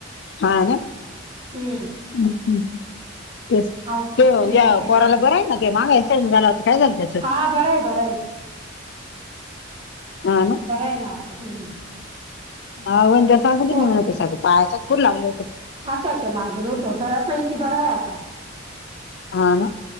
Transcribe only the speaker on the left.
हा ना हं
हं. तेस
ते
या पोराला बर आहे ना ते माग ऍक्सीडेन्ट झाला होता काय झालं त्याच
हा
हा वनिता सांगत
होती तस पायाच कूट लागल होत.
हा ना